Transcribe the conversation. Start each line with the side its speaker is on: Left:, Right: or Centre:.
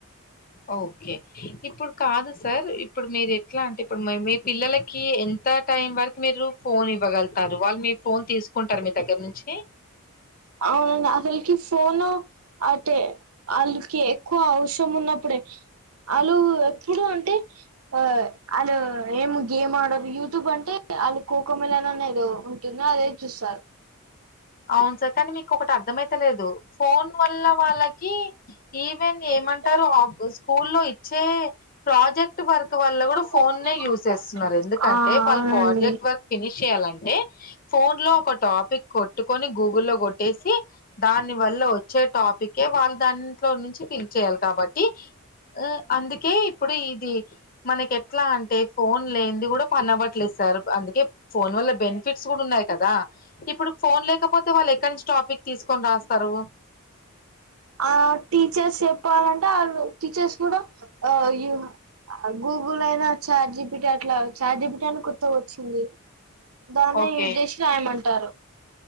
Left: ఓకే ఇప్పుడు కాదు సార్ ఇప్పుడు మీరు ఎట్లా అంటే ఇప్పుడు మీ పిల్లలకి ఎంత టైం వరకి మీరు ఫోన్ ఇవ్వగల్తారు వాళ్ళు మీ ఫోన్ తీసుకుంటారు మీ దగ్గర నుంచి
Right: అవునండి అసలకి ఫోను అంటే వాళ్ళకి ఎక్కువ అవసరం ఉన్న ప్పుడే అలు ఎప్పుడు అంటే ఆ ఆళ్ళు ఏం గేమ్ ఆడరు యూట్యూబ్ అంటే వాళ్ళు కోఖో మీ లను ఏదో ఉంటుంది అదే చూస్తారు
Left: <inaudible> అవును సార్ కానీ మీకు ఒకటి అర్థమయితలేదు ఫోన్ వల్ల వాళ్ళకి ఈవెన్ ఏమన్
Right: ఏమంటారు
Left: టారు ఆఫ్గో స్కూల్లో ఇచ్చే ప్రాజెక్ట్ వర్క్ వల్ల కూడా
Right: ఫోన్
Left: ఫోన్నే
Right: పే యూస్
Left: యూజ్ చేస్తున్నారు ఎందుకంటే
Right: ఆ అవునండి
Left: వాళ్ళు ప్రాజెక్ట్ వర్క్ ఫినిష్ చేయ లంటే ఫోన్ లో ఒక టాపిక్ కొ పెట్టుకొని గూగుల్లో కొట్టేసి దాని వల్ల వచ్చే టాపికే వాళ్ళు దాంట్లో నుంచి ఫినిష్ చేయాలి కాబట్టి ఆ అందుకే ఇప్పుడు ఇది మనకి ఎట్లా అంటే ఫోన్ లేన్ది కూడా పని అవ్వట్లేదు సార్ అందుకే ఫోన్ వల్ల బెనిఫిట్స్ కూడా ఉన్నాయి కదా ఇప్పుడు ఫోన్ లేకపోతే వాళ్ళు ఎక్కడి నుంచి టాపిక్ తీసుకొని రాస్తారు
Right: ఆ టీచర్స్ చెప్పాలంటే వాళ్ళు టీచర్స్ కూడా ఆ గూగుల్ అయినా చార్జిపీటీ అట్లా చార్జిపీటీ అని కొత్తగ వచ్చింది దాన్నే
Left: ఓకే
Right: యూస్ జేసి రాయమంటారు